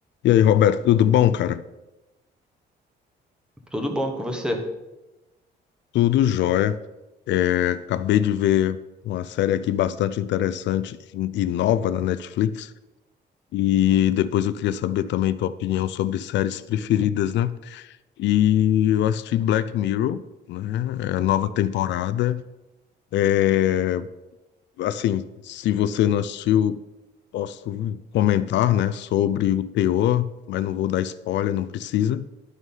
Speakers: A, on the left; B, in the centre.
A: E aí, Roberto, tudo bom, cara?
B: Tudo bom com você?
A: Tudo jóia. É, acabei de ver uma série aqui bastante interessante e e nova na Netflix. E depois eu queria saber também tua opinião sobre séries preferidas, né? E eu assisti Black Mirror, né? É a nova temporada. É, assim, se você não assistiu, posso comentar, né, sobre o teor, mas não vou dar spoiler, não precisa.